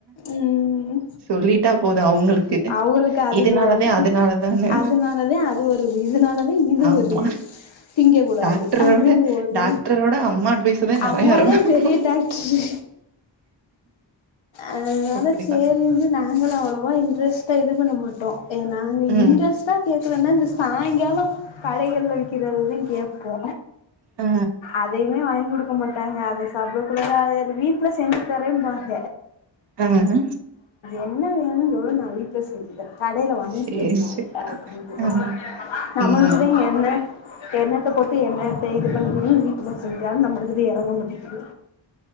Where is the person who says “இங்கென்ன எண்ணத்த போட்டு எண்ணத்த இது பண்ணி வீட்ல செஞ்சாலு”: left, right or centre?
Left